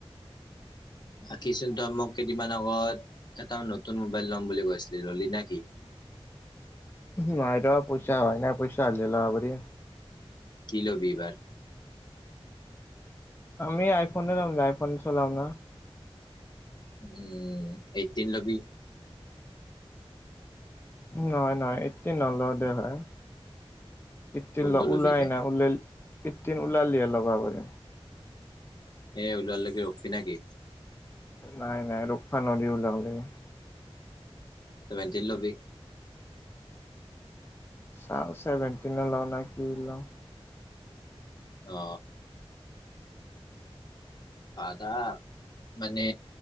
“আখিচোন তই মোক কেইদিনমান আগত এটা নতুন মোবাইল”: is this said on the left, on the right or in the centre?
Left